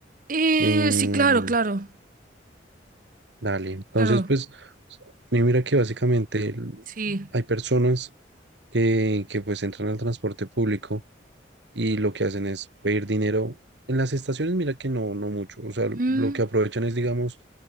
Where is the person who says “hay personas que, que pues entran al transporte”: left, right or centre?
Right